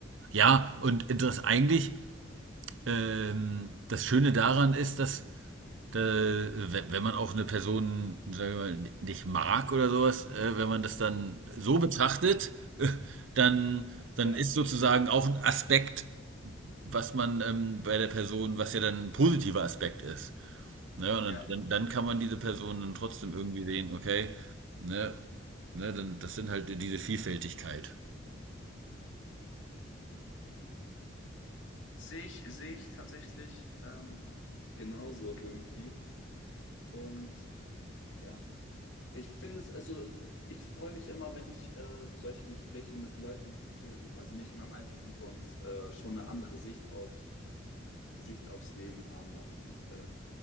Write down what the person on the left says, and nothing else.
Ja,
ja.
Sehe ich, sehe ich tatsächlich ähm, genauso irgendwie. Und ja, Ich finde es, also ich freue mich immer, wenn ich äh, solche Gespräche mit Leuten führe, die quasi nicht in meinem Alter sind und äh, schon eine andere Sicht auf Sicht aufs Leben haben und, und äh,